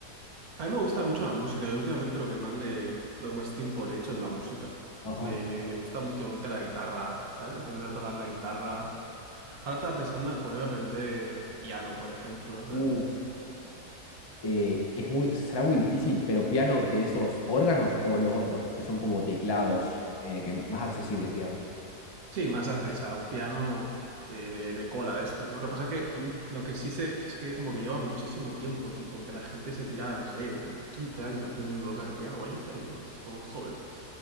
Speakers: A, on the right; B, on the left.
A: A mí me gusta mucho la música y últimamente lo que más le, lo que más tiempo le echo es la música.
B: Ajá.
A: Me, me, me gusta últimamente la guitarra, ¿sabes? Aprender a tocar la guitarra. Ahora estaba pensando en ponerme a aprender piano, por ejemplo, ¿sabes?
B: Uf, eh, es muy, será muy difícil, pero piano de esos órganos o los otros, que son como teclados eh, que más accesibles, digamos.
A: Sí, más acceso, o sea, un piano de, de, de cola de estos, ¿no? Lo que pasa es que
B: Ujú.
A: lo que sí sé es que como que lleva muchísimo tiempo, tipo, que la gente se tira, no sé, 15 años aprendiendo a tocar el piano, 20 años. y es como, joder.